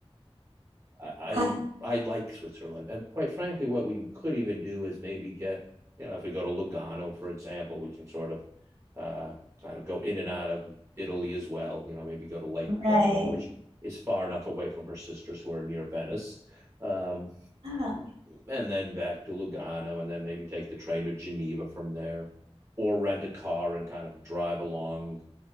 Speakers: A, on the right (about 30°); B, on the right (about 70°).
A: I,
B: Uh,
A: I I like Switzerland, and quite frankly, what we could even do is maybe get you know if we go to Lugano, for example, we can sort of uh, kind of go in and out of Italy as well. You know, maybe go to Lake Como,
B: right.
A: which is far enough away from her sisters who are near Venice, um,
B: Ah,
A: and then back to Lugano, and then maybe take the train to Geneva from there, or rent a car and kind of drive along.